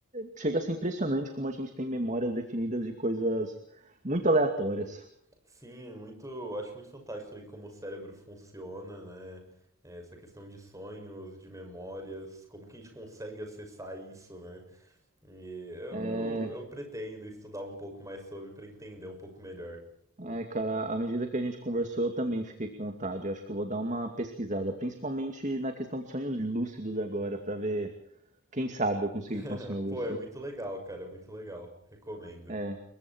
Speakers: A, on the right; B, on the right.
A: chega a ser impressionante como a gente tem memórias definidas de coisas muito aleatórias.
B: Sim, é muito, eu acho muito fantástico também como o cérebro funciona, né? É, Essa questão de sonhos, de memórias, como que a gente consegue acessar isso, né? E eu,
A: É,
B: eu, eu pretendo estudar um pouco mais sobre para entender um pouco melhor.
A: ai, cara, à medida que a gente conversou, eu também fiquei com vontade. Eu acho que eu vou dar uma pesquisada, principalmente na questão dos sonhos lúcidos agora, pra ver, quem sabe eu consigo
B: <laughs>
A: ter um sonho lúcido.
B: Pô, é muito legal, cara, é muito legal. Recomendo.
A: É,